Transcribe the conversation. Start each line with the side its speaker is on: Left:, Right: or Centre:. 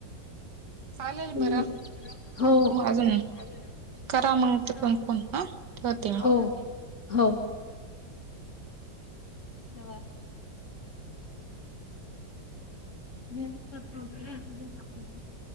Right: चालेल
Left: <unintelligible>
Right: बरं
Left: हो <unintelligible>
Right: अजून करा मग तिकडून फोन हा ठेवते मी.
Left: हो हो <unintelligible> <unintelligible>